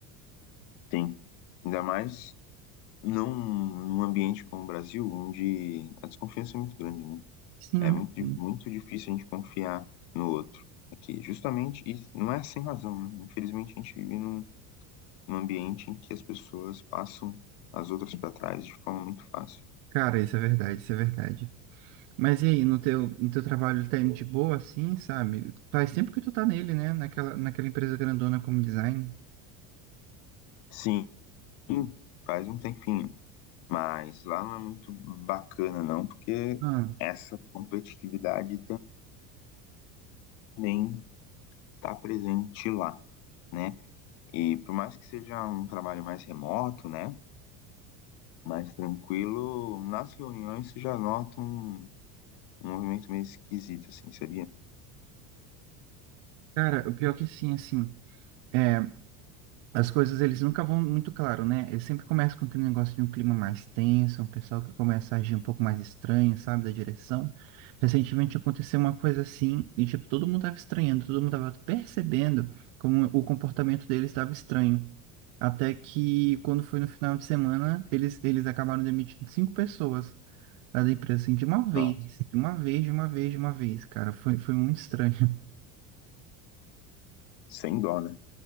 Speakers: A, on the left (about 65°); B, on the right (about 65°).
A: tem. Ainda mais num, num ambiente como o Brasil, onde a desconfiança é muito grande, né?
B: Sim,
A: É muito, di-
B: sim.
A: muito difícil a gente confiar no outro aqui, justamente, e não é sem razão, né? Infelizmente a gente vive num, um ambiente em que as pessoas passam as outras para trás de forma muito fácil.
B: cara, isso é verdade, isso é verdade. Mas e aí, no teu, no teu trabalho, ele tá indo de boa, assim, sabe? Faz tempo que tu tá nele, né? Naquela, naquela empresa grandona como design.
A: Sim, faz um tempinho, mas lá não é muito bacana não, porque
B: Ah.
A: essa competitividade também está presente lá, né? E por mais que seja um trabalho mais remoto, né, mais tranquilo, nas reuniões você já nota um, um movimento meio esquisito, assim, sabia?
B: Cara, o pior que sim, assim, é, as coisas eles nunca vão muito claro, né? Eles sempre começam com aquele negócio de um clima mais tenso, um pessoal que começa a agir um pouco mais estranho, sabe, da direção. Recentemente aconteceu uma coisa assim, e tipo, todo mundo tava estranhando, todo mundo tava percebendo como o comportamento deles estava estranho. Até que quando foi no final de semana, eles, eles acabaram demitindo cinco pessoas lá da empresa, assim, de uma vez,
A: Nossa,
B: de uma vez, de uma vez, de uma vez, cara. Foi, foi muito estranho. <laughs>
A: sem dó, né?